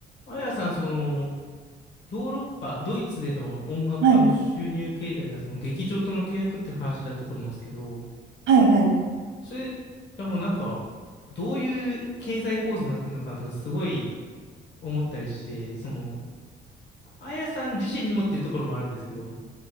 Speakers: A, on the left; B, on the right.
A: あやさん、その、ヨーロッパ、ドイツでの音楽家の収入形態が、
B: はい。
A: その劇場との契約って話だったと思うんですけど、
B: はいはい。
A: それ、いやもうなんか、どういう経済構図になってるのかなとか、すごい思ったりして、その、あやさん自身にもっていうところもあるんですけど、